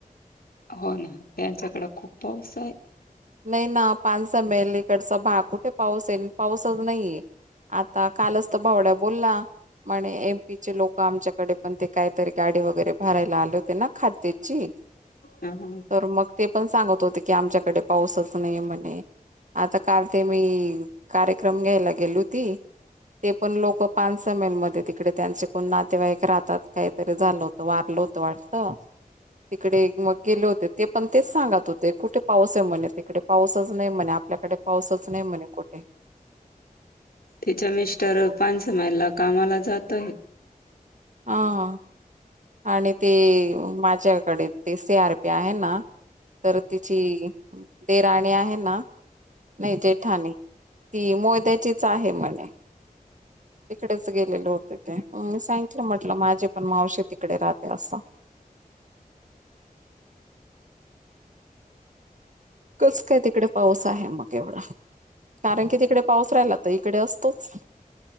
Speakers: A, on the left; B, on the right.
A: हो ना त्यांच्याकडे खूप पाऊस आहे
B: नाही ना पान स एमे एलकडचा भाग कुठे पाऊस आहेल पाऊसच नाहीये आता कालच तर भावड्या बोलला म्हणे एमपीचे लोक आमच्याकडे पण ते काहीतरी गाडी वगैरे भरायला आले होते ना खाद्याची
A: हम हा
B: तर मग ते पण सांगत होते की आमच्याकडे पाऊसच नाही म्हणे आता काल ते मी कार्यक्रम घ्यायला गेले होती, ते पण लोक पानसमेलमध्ये तिकडे त्यांचे कोण नातेवाईक राहतात काहीतरी झालं होत, वारल होत वाटत तिकडे मग गेले होते ते पण तेच सांगत होते कुठे पाऊस, म्हणे तिकडे पाऊसच नाही म्हणे आपल्याकडे पाऊसच नाही म्हणे कुठे
A: तिच्या मिस्टर पांच माईलला कामाला जातय.
B: ह आणि ती माझ्याकडे ती सी आर पी आहे ना. तर तिची दे राणी आहे ना. नाही जे ठाणे ती मोहच्याचीच आहे म्हणे. तिकडेच गेलेले होते ते मी सांग. त म्हंटलं माझे पण मावशी तिकडे राहते असं. कस काय तिकडे पाऊस आहे मग एवढा कारण की तिकडे पाऊस राहिला तर इकडे असतोच.